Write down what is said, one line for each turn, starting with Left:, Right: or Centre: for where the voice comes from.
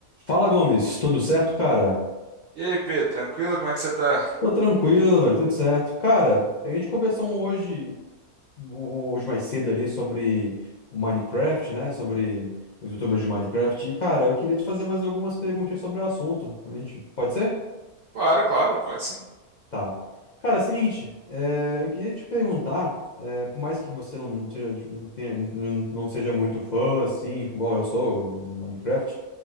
Left: Fala, Gomes, tudo certo, cara?
Right: E aí, Pedro, tranquilo? Como é que você tá?
Left: Tô tranquilo, velho, tudo certo. Cara, a gente conversou hoje, hoje mais cedo ali sobre o Minecraft, né? Sobre os YouTubers de Minecraft. E, cara, eu queria te fazer mais algumas perguntinhas sobre o assunto. A gente, pode ser?
Right: Claro, claro, pode sim.
Left: Tá. Cara, é o seguinte, é, eu queria te perguntar, é, por mais que você não seja, não tenha- não- não seja muito fã, assim, igual eu sou, do, do Minecraft,